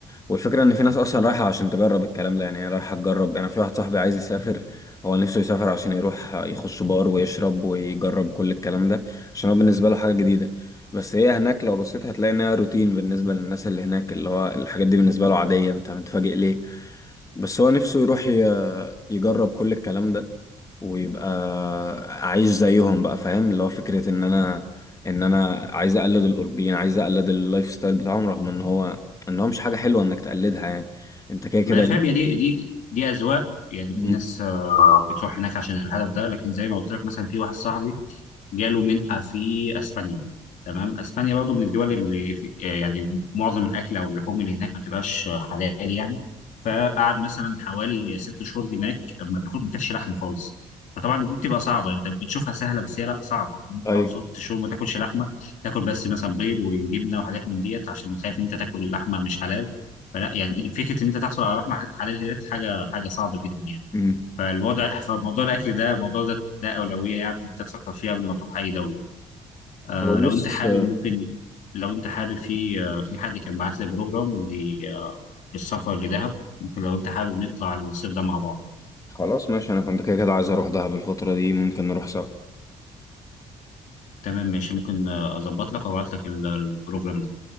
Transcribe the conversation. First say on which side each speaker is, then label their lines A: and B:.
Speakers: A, on the left; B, on the left.
A: والفكره ان في ناس اصلا رايحه عشان تجرب الكلام ده يعني هي رايحه تجرب يعني في واحد صاحبي عايز يسافر هو نفسه يسافر عشان يروح آه، يخش بار ويشرب ويجرب كل الكلام ده عشان هو بالنسبه له حاجه جديده بس هي هناك لو بصيت هتلاقي انها روتين بالنسبة للناس اللي هناك اللي هو الحاجات دي بالنسبة له عادية انت متفاجئ ليه بس هو نفسه يروح ي- يجرب كل الكلام ده ويبقى عايش زيهم بقى فاهم اللي هو فكرة ان انا ان انا عايز اقلد الاوروبيين عايز اقلد اللايف ستايل بتاعهم رغم ان هو ان هو مش حاجة حلوة انك تقلدها يعني انت كده كده
B: ما انا فاهم
A: ليه
B: هي دي دي دي اذواق يعني
A: مم.
B: في ناس آه، بتروح هناك عشان الهدف ده لكن زي ما قلت لك مثلا في واحد صاحبي جاله منحة في اسبانيا تمام اسبانيا برضه من الدول اللي في آه، يعني معظم الاكل او اللحوم اللي هناك ما بتبقاش حلال يعني فقعد مثلا حوالي ست شهور هناك ما بياكل ما كانش لحمه خالص فطبعا دي بتبقى صعبه انت بتشوفها سهله بس هي لا صعبه انت
A: ايوه
B: تقعد ست شهور ما تاكلش لحمه تاكل بس مثلا بيض وجبنه وحاجات من ديت عشان خايف انت تاكل لحمه مش حلال فلا يعني فكره ان انت تحصل على لحمه حلال هي حاجه حاجه صعبه جدا يعني
A: مم.
B: فالوضع فموضوع الاكل ده موضوع ده ده اولويه يعني انت تفكر فيه قبل ما تروح اي دوله آه
A: هو
B: لو
A: بص
B: انت حابب ممكن لو انت حابب في آه في حد كان بعت لي بروجرام ل- آه، للسفر لدهب ممكن لو انت حابب نطلع الصيف ده مع بعض
A: خلاص ماشي انا كنت كده كده عايز اروح دهب الفترة دي ممكن نروح سوا
B: تمام ماشي ممكن آه، اظبط لك وابعت لك ال- آه، البروجرام ده